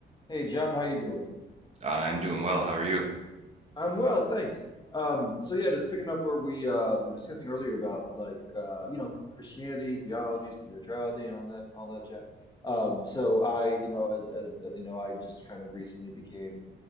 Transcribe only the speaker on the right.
Uh, I'm doing well. How are you?